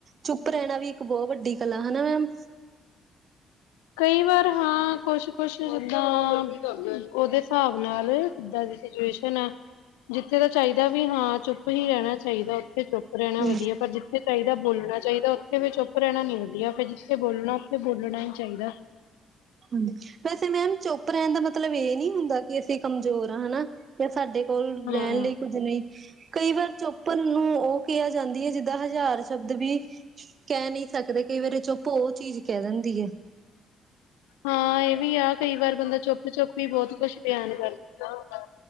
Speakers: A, on the right (about 45°); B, on the left (about 75°).
A: ਚੁੱਪ ਰਹਿਣਾ ਵੀ ਇੱਕ ਬਹੁ ਵੱਡੀ ਕਲਾ, ਹਨਾ ਮੈਮ
B: ਕਈ ਵਾਰ, ਹਾਂ ਕੁਛ-ਕੁਛ ਜਿੱਦਾਂ ਉਹਦੇ ਹਿਸਾਬ ਨਾਲ ਜਿੱਦਾਂ ਦੀ ਸਿਚੁਏਸ਼ਨ ਆ, ਜਿੱਥੇ ਤਾਂ ਚਾਹੀਦਾ ਵੀ ਹਾਂ ਚੁੱਪ ਹੀ ਰਹਿਣਾ ਚਾਹੀਦਾ ਜਿੱਥੇ ਚੁੱਪ ਰਹਿਣਾ ਵਧੀਆ,
A: ਹਾਂਜੀ
B: ਪਰ ਜਿੱਥੇ ਚਾਹੀਦਾ, ਬੋਲਣਾ ਚਾਹੀਦਾ ਉੱਥੇ ਵੀ ਚੁੱਪ ਰਹਿਣਾ ਨੀ ਵਧੀਆ, ਫਿਰ ਜਿੱਥੇ ਬੋਲਣਾ ਉੱਥੇ ਬੋਲਣਾ ਹੀ ਚਾਹੀਦਾ।
A: ਹਾਂਜੀ, ਵੈਸੇ ਮੈਮ ਚੁੱਪ ਰਹਿਣ ਦਾ ਮਤ ਮਤਲਬ ਇਹ ਨੀ ਹੁੰਦਾ ਕਿ ਅਸੀਂ ਕਮਜ਼ੋਰ ਆ ਹਨਾ, ਜਾਂ ਸਾਡੇ ਕੋਲ
B: ਹਾਂ।
A: ਰਹਿਣ ਲਈ ਕੁੱਝ ਨਹੀਂ। ਕਈ ਵਾਰ ਚੁੱਪ ਨੂੰ ਉਹ ਕਿਹਾ ਜਾਂਦੀ ਐ, ਜਿੱਦਾਂ ਹਜ਼ਾਰ ਸ਼ਬਦ ਵੀ ਕਹਿ ਨੀ ਸਕਦੇ, ਕਈ ਵਾਰੀ ਚੁੱਪ ਉਹ ਚੀਜ਼ ਕਹਿ ਦਿੰਦੀ ਏ।
B: ਹਾਂ ਇਹ ਵੀ ਆ, ਕਈ ਵਾਰ ਬੰਦਾ ਚੁੱਪ-ਚੁੱਪ ਈ ਬਹੁਤ ਕੁਛ ਬਿਆਨ ਕਰ ਦਿੰਦਾ ਹੁੰਦਾ।